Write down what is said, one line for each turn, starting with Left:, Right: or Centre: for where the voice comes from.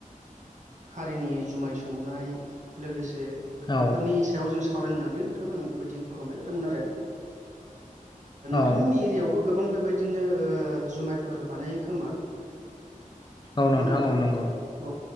Right: हारिनि जुमाय संनाय लोगोसे
Left: औ
Right: बेफोरनि सायाव जों सावरायनानै नोंथांनो आं बेबायदि कल खालामनाय जादोंमोन आरो
Left: औ
Right: नोंथांमोननि एरियायावबो गोबां बेबायदिनो जुमायफोर बानायो खोमा
Left: औ
Right: नङा होमबा नोंथां
Left: औ नंगौ
Right: औ